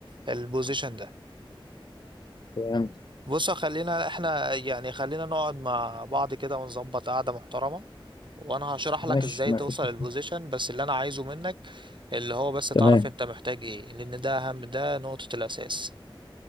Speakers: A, on the right; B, on the left.
A: للبوزيشن ده
B: فهمت
A: بص خلينا احنا يعني خلينا نقعد مع بعض كده ونظبط قعدة محترمة وانا هشرح
B: ماشي
A: لك ازاي
B: ما
A: توصل
B: فيش
A: للبوزيشن
B: مشكلة
A: بس اللي انا عايزه منك اللي هو بس تعرف
B: تمام
A: انت محتاج ايه لان ده اهم ده نقطة الاساس